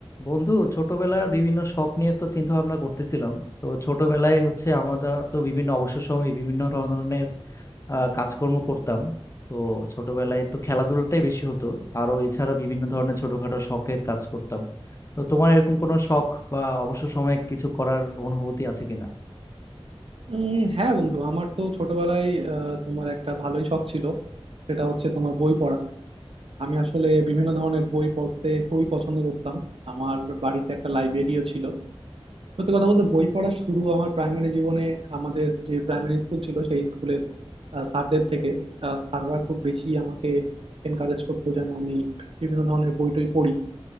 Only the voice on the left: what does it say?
বন্ধু ছোটবেলার বিভিন্ন শখ নিয়ে তো চিন্তা ভাবনা করতেছিলাম তো ছোটবেলায় হচ্ছে আমরা তো বিভিন্ন অবসর সময়ে বিভিন্ন ধরনের আহ, কাজকর্ম করতাম তো ছোটবেলায় তো খেলাধুলাটাই বেশি হতো আরো এছাড়া বিভিন্ন ধরনের ছোটখাটো শখের কাজ করতাম তো তোমার এরকম কোনো শখ বা অবসর সময়ে কিছু করার অনুভূতি আছে কিনা